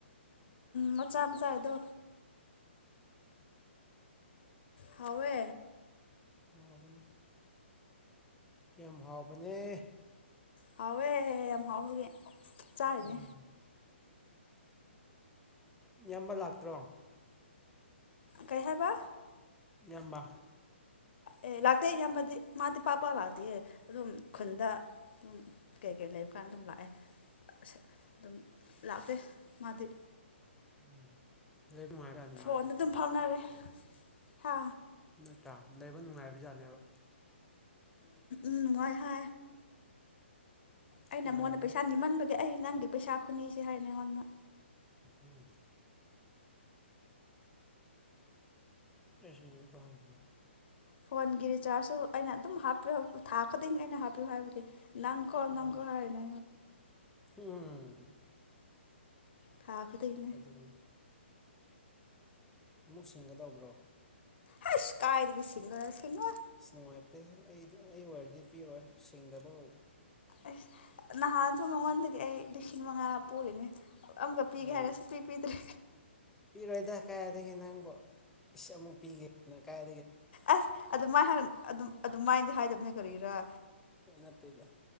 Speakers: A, on the left; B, in the centre.
A: ꯃꯣꯆꯥ ꯃꯆꯥꯗ ꯍꯋꯦ
B: ꯉꯕꯅꯤ ꯌꯥꯝ ꯍꯥꯎꯕꯅꯦ
A: ꯍꯥꯎꯋꯦ ꯌꯥꯝ ꯍꯥꯎꯕꯒꯦ ꯆꯥꯅꯦ
B: ꯎꯝ ꯏꯌꯥꯝꯕ ꯂꯥꯛꯇ꯭ꯔꯣ
A: ꯀꯥꯏꯍꯕ
B: ꯌꯥꯝꯕ
A: ꯑꯦ ꯂꯥꯛꯇꯦ ꯏꯌꯥꯝꯕꯗꯤ ꯃꯥꯗꯤ ꯄꯥꯛꯄ ꯂꯥꯛꯇꯦꯌꯦ ꯑꯗꯨꯝ ꯈꯨꯟꯗ ꯑꯗꯨꯝ ꯀꯩꯀꯩ ꯂꯩꯕ ꯀꯥꯟ ꯑꯗꯨꯝ ꯂꯥꯛꯑꯦ ꯑꯁ ꯑꯗꯨꯝ ꯂꯥꯛꯇꯦ ꯃꯥꯗꯤ
B: ꯎꯝ ꯂꯩꯕ ꯅꯨꯡꯉꯥꯏꯕꯖꯥꯠꯅꯤ
A: ꯐꯣꯟꯗ
B: ꯃꯥꯜꯂꯦ
A: ꯑꯗꯨꯝ ꯐꯥꯎꯅꯔꯦ ꯍꯥ
B: ꯅꯠꯇ꯭ꯔꯥ ꯂꯩꯕ ꯅꯨꯡꯉꯥꯏꯕ ꯖꯥꯠꯅꯦꯕ
A: ꯎ ꯋꯥ ꯋꯥꯏ ꯍ ꯑꯩꯅ
B: ꯅꯨꯡꯉꯥꯏꯔꯝꯅꯤ
A: ꯃꯉꯣꯟꯗ ꯄꯩꯁꯥ ꯅꯤꯃꯟꯕꯒꯤ ꯑꯩ ꯅꯪꯒꯤ ꯄꯩꯁꯥ ꯈꯨꯅꯤꯁꯦ ꯍꯥꯏꯔꯅꯦ ꯑꯩꯉꯣꯟꯗ
B: ꯎꯝ ꯔꯦꯁꯟꯅꯤ ꯥꯎꯧꯒꯤ
A: ꯐꯣꯟꯒꯤ ꯔꯤꯆꯥꯔꯖꯁꯨ ꯑꯩꯅ ꯑꯗꯨꯝ ꯍꯥꯞꯄꯤꯌꯨ ꯊꯥ ꯈꯨꯗꯤꯡ ꯑꯩꯅ ꯍꯥꯞꯄꯤꯌꯨ ꯍꯥꯏꯕꯒꯤ ꯅꯅꯥꯪꯀꯣ
B: ꯑꯣ
A: ꯅꯅꯥꯪꯀꯣ ꯍꯥꯏꯅ
B: ꯎꯝ
A: ꯊꯈꯗꯅꯦ
B: ꯑꯗꯨꯅꯤ ꯑꯃꯨꯛ ꯁꯦꯡꯒꯗꯧꯕ꯭ꯔꯣ
A: ꯍꯁ ꯀꯥꯏꯒꯤ ꯁꯤꯁꯤꯡꯣꯗ ꯁꯤꯁꯤꯡ
B: ꯑꯁ ꯅꯨꯡꯉꯥꯏꯇꯦ ꯑꯩꯗꯤ ꯑꯩ ꯑꯣꯏꯔꯗꯤ ꯄꯤꯔꯣꯏ ꯁꯦꯡꯗꯕ
A: ꯑꯁ ꯅꯍꯥꯟꯁꯨ ꯃꯉꯣꯟꯗꯒꯤ ꯑꯩ ꯂꯤꯁꯤꯡ ꯃꯉꯥ ꯄꯨꯔꯤꯅꯦ ꯑꯃꯒ ꯄꯤꯒꯦ
B: ꯎꯝ
A: ꯍꯥꯏꯔꯒꯁꯨ ꯄꯤ ꯄꯤꯗ꯭ꯔꯦ
B: ꯄꯤꯔꯣꯏꯗ ꯀꯥꯏ ꯑꯗꯒꯤ ꯅꯪꯕꯨ ꯏꯁ ꯑꯃꯨꯛ ꯄꯤꯒꯦꯅ ꯀꯥꯏ
A: ꯑꯁ ꯑꯗꯨ ꯃꯥꯏ ꯑꯗꯨꯝ ꯑꯗꯨ ꯃꯥꯏꯅꯗꯤ ꯍꯥꯏꯗꯕꯅꯦ ꯀꯔꯤꯔꯥ
B: ꯅꯠꯇꯗ